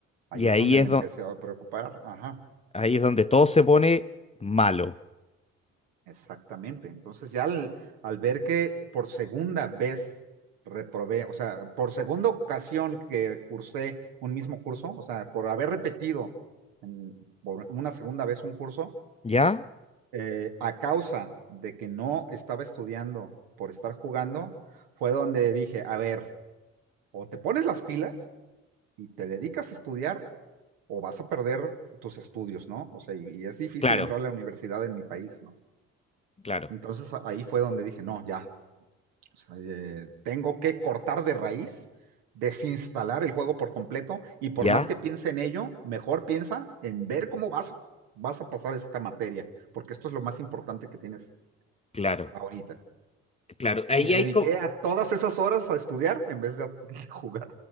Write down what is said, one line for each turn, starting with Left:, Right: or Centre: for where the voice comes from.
Right: Ahí
Left: Y
Right: es
Left: ahí
Right: donde me
Left: es,
Right: empecé
Left: do-
Right: a preocupar. Ajá,
Left: ahí es donde todo se pone malo.
Right: exactamente. Entonces ya al, al ver que por segunda vez reprobé, o sea, por segunda ocasión que cursé un mismo curso, o sea, por haber repetido en- por una segunda vez un curso,
Left: ¿Ya?
Right: eh, a causa de que no estaba estudiando por estar jugando, fue donde dije, a ver, o te pones las pilas y te dedicas a estudiar, o vas a perder tus estudios, ¿no? O sea, y, y es difícil
Left: Claro,
Right: entrar a la universidad en mi país, ¿no?
Left: claro,
Right: Entonces ahí fue donde dije, no, ya, o sea, eh, tengo que cortar de raíz, desinstalar el juego por completo, y por
Left: ya,
Right: más que piense en ello, mejor piensa en ver cómo vas, vas a pasar esta materia, porque esto es lo más importante que tienes
Left: claro,
Right: ahorita.
Left: claro. Ahí
Right: Y me dediqué
Left: hay co-
Right: a todas esas horas a estudiar en vez de, a- <laughs> de jugar.